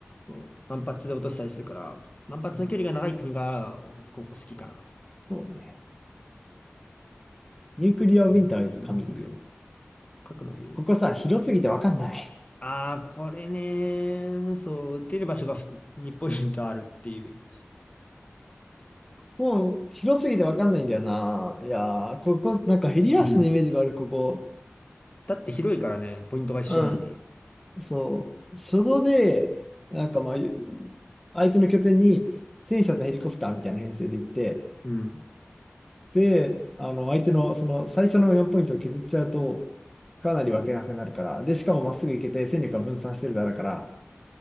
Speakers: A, on the left (about 35°); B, in the centre.
A: うん万発で落としたりするから、万発の距離が長い国が、
B: うん
A: 俺、ここ好きかな。
B: そうね。ニュークリアウィンターイズカミング。
A: うん。ニュークリア、核の冬。
B: ここさ、広すぎてわかんない。
A: ああ、これね、そう、出る場所が2ポイントあるっていう。
B: もう広すぎてわかんないんだよな。いやー、ここ、なんかヘリアスのイメージがある、
A: うん。
B: ここ。
A: だって広いからね、ポイントが一緒なのに。
B: うん。そう。所蔵で、なんかまあ、相手の拠点に戦車とヘリコプターみたいな編成で行って、
A: うん。
B: で、あの、相手のその最初の4ポイントを削っちゃうと、かなり分けなくなるから。で、しかもまっすぐ行けて戦力が分散してるだろうから、